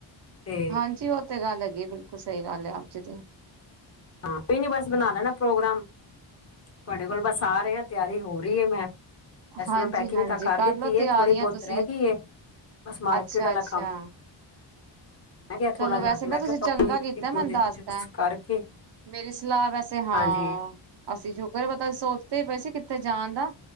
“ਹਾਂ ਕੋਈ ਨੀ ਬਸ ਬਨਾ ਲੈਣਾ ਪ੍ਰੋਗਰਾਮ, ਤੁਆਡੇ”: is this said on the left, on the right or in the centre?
Left